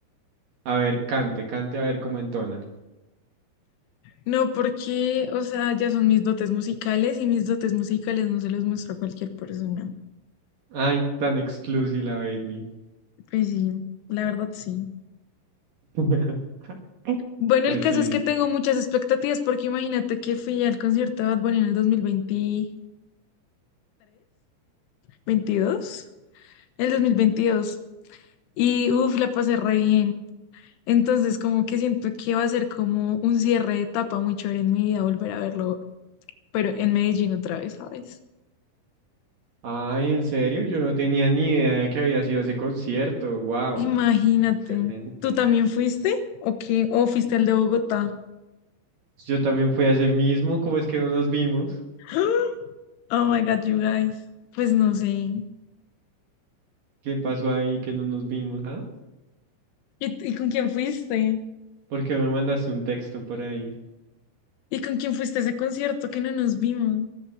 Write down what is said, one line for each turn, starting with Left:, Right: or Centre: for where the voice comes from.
Right: A ver, cante, cante a ver cómo entona.
Left: No, porque, o sea, ya son mis dotes musicales y mis dotes musicales no se los muestro a cualquier persona.
Right: Ay, tan exclusiva, baby.
Left: Pues sí, la verdad sí.
Right: <laughs>
Left: Bueno,
Right: Pues
Left: el caso
Right: sí,
Left: es
Right: sí.
Left: que tengo muchas expectativas porque imagínate que fui al concierto de Bad Bunny en el 2023, 22, el 2022 y uff, la pasé re bien. Entonces, como que siento que va a ser como un cierre de etapa muy chévere en mi vida volver a verlo, pero en Medellín otra vez, ¿sabes?
Right: Ay, en serio, yo no tenía ni idea de que había sido ese concierto. Wow.
Left: Imagínate.
Right: Excelente.
Left: ¿Tú también fuiste? ¿O qué? ¿O fuiste al de Bogotá?
Right: Yo también fui a ese mismo, ¿cómo es que no nos vimos?
Left: <gasps> Oh my God, you guys. Pues no sé.
Right: ¿Qué pasó ahí que no nos vimos, ah?
Left: ¿Y, y con quién fuiste?
Right: porque me mandaste un texto por ahí?
Left: ¿Y con quién fuiste a ese concierto que no nos vimos?